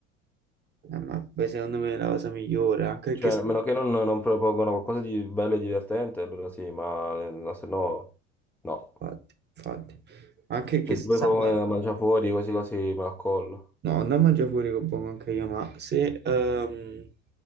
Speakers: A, on the right (about 25°); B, in the centre.
A: Eh, ma poi secondo me è la cosa migliore, anche
B: Cioè,
A: perché...
B: a meno che non, non propongono qualcosa di bello e divertente, allora sì, ma, ma se no, no.
A: Infatti, infatti. Anche
B: Cioè,
A: che se
B: se poi
A: sabato...
B: propongono da mangiare fuori, quasi quasi me la collo.
A: No, non mangiare fuori con buon anche io, ma se, ehm,